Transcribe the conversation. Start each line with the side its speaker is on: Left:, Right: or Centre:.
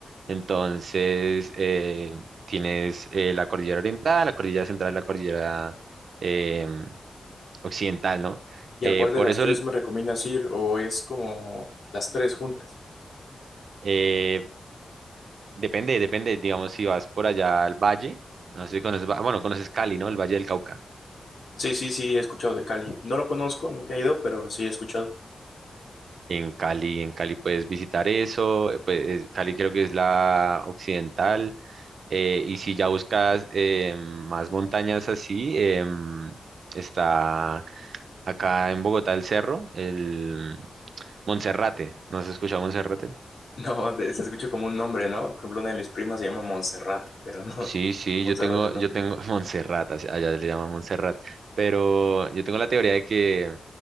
Right: Entonces, eh, tienes eh, la cordillera oriental, la cordillera central, la cordillera eh, occidental, ¿no?
Left: ¿Y
Right: Eh,
Left: a cuál de
Right: por
Left: las
Right: eso,
Left: tres me recomiendas ir? ¿O es como las tres juntas?
Right: eh, depende, depende, digamos, si vas por allá al valle, no sé si conoces, Va- bueno, conoces Cali, ¿no? El Valle del Cauca.
Left: Sí, sí, sí, he escuchado de Cali. No lo conozco, nunca he ido, pero sí he escuchado. <laughs>
Right: En Cali, en Cali puedes visitar eso, eh, pues es- Cali creo que es la occidental, eh, y si ya buscas eh, más montañas así, em, está acá en Bogotá el cerro, el Monserrate, ¿no has escuchado Monserrate?
Left: No, de- se escucha como un nombre, ¿no? Por ejemplo, una de mis primas se llama Montserrat, pero no,
Right: Sí,
Left: <laughs>
Right: sí,
Left: Montserrat
Right: yo tengo,
Left: no.
Right: yo tengo <laughs> Monserrate, así- allá le llaman Monserrate, pero yo tengo la teoría de que,